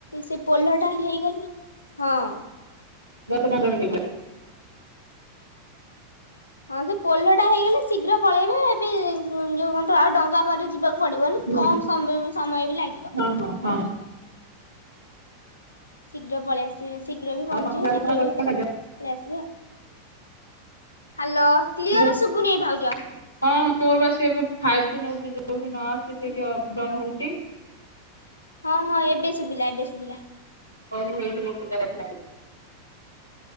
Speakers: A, on the left (about 80°); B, on the right (about 80°).
A: ସେ ପୋଲ ଟା ହେଇଗଲେ ହଁ।
B: <unintelligible> ହେଇଥିଲା।
A: ହଁ ସେ ପୋଲଟା ହେଇଗଲେ ଶୀଘ୍ର ପଳେଇବେ ଏବେ ଯୋଉ କୁହନ୍ତୁ ଆଉ ଡଙ୍ଗା ବାଟରେ ଯିବାକୁ ପଡ଼ିବନି
B: ହୁଁ
A: ପଡିବନି କମ ସମୟ ବି ଲାଗିବ।
B: ହଁ ହଁ ହଁ।
A: ଶୀଘ୍ର ପଳେଇଆସିବେ, ଶୀଘ୍ର ବି ପହଞ୍ଚଯିବ,
B: ଆଉ ସନ୍ଧ୍ୟାବେଳେ
A: ଶୀଘ୍ର
B: କଣ କରିଛ
A: ବି ପଳେଇଆସିବି
B: ଖାଦ୍ୟ?
A: ଆଉ। ହାଲୋ। କ୍ଲିଅର
B: ମୁଁ କହିଲି,
A: ଶୁଭୁନି ଭାଉଜ।
B: ହଁ। ମୋର ବା ସେ ଏବେ ଫାଇଭ ଜି ନଉଚି ଯୋଠି ନ ଆସୁଚି ସେଇଠି ଅପ ଡାଉନ୍ ହଉଚି।
A: ହଁ ହଁ ଏବେ ଶୁଭିଲା ଏବେ ଶୁଭିଲା।
B: ହଁ ମୁଁ ଏଇଠି ଗୋଟେ ଜାଗାରେ ଠିଆ ହେଇଚି।